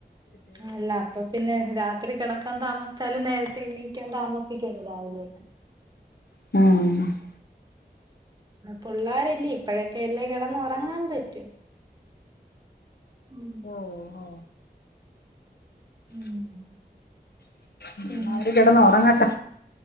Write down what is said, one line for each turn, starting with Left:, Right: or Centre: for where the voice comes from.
Right: ആല്ല അപ്പൊ പിന്നെ രാത്രി കിടക്കാൻ താമസിച്ചാലും നേരത്തെ എണ്ണീക്കാൻ താമസിക്കല്ലോ രാവില
Left: ഉം
Right: പിള്ളാരല്ലേ ഇപ്പഴൊക്കെ അല്ലേ കിടന്ന് ഉറങ്ങാൻ പറ്റ. ഉം
Left: ഓ
Right: ഉം
Left: എന്നാ
Right: പിന്നെ
Left: അവര് കിടന്ന് ഉറങ്ങട്ടെ